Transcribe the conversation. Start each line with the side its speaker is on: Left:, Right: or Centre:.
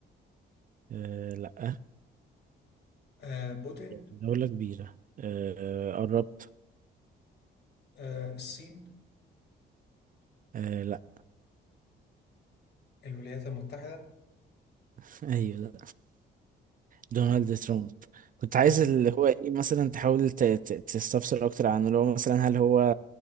Right: أه لا
Left: آه بوتين
Right: دولة كبيرة أه قربت
Left: آه الصين
Right: أه لا
Left: الولايات المتحده
Right: <laughs> ايوه لا دونالد
Left: اه
Right: ترامب كنت عايز
Left: دونالد
Right: اللي هو ايه مثلا تحاول ت- ت- تستفسر اكتر عنه اللي هو مثلا هل هو